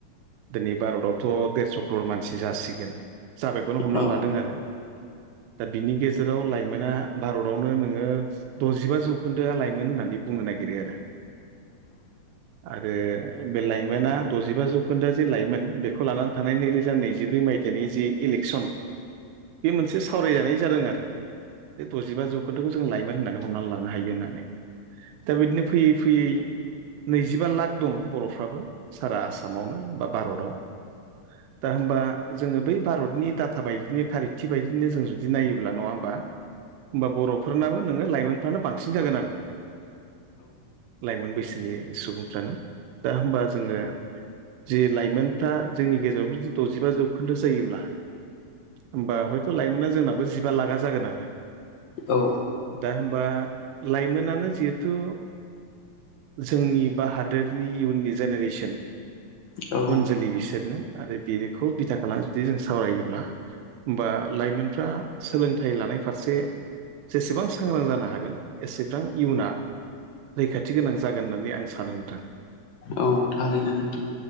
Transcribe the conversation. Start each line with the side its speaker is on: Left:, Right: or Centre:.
Right: दिनै भारतआवथ' देरस' कर्रर मानसि जासिगोन। जाबायखौनो हमनानै
Left: औ
Right: लादों आरो। दा बिनि गेजेराव लाइमोना भारतावनो नोङो द'जिबा जौखोन्दोआ लाइमोन होननानै बुङो। नागिरो आरो, आरो बे लाइमोना द'जिबा जौखोन्दो जे लाइमोन बेखौ लानानै थानाय नैरोजा नैजिब्रै मायथाइनि जि इलेक्सन बे मोनसे सावरायजानाय जादों आरो बे द'जिबा जौखोन्दोखौ जों लाायमोन होननानै हमनानै लानो हायो होननानै। दा बिदिनो फैयै फैयै नैजिबा लाख दं बर'फ्राबो। सारा आसामावनो बा भारताव। दा होमबा जोङो बै भारतनि डाटा बायदिनो खारथि बायदिनो जों जुदि नायोब्ला नङा होमबा? होनबा बर'फोरनाबो नोङो लाइमोन फ्रानो बांसिन जागोन आरो लाइमोन बैस सोनि सुबुंफ्रानो दा होमबा जोङो जि लाइमोनफ्रा जोंनि गेजेराव जुदि द'जिबा जौखोन्दो जायोब्ला होमबा हयथ' लाइमोना जोंनाबो जिबा लाखा जागोन आरो।
Left: औ।
Right: दा हबा लाइमोनानो जिहेथु जोंनि बा हादोरनि इयुननि जेनेरेसन
Left: औ
Right: उन जोलै बिसोरनो आरो बेखौ बिथा खालामना जुदि जों सावरायोब्ला बा लाइमोनफ्रा सोलोंथाइ लानाय फारसे जेसेबां सांग्रां जानो हागोन। एसेबां इयुना रैखाथि गोनां जागोन होननानै आं सानो नोथां।
Left: औ थारैनो नोंथां।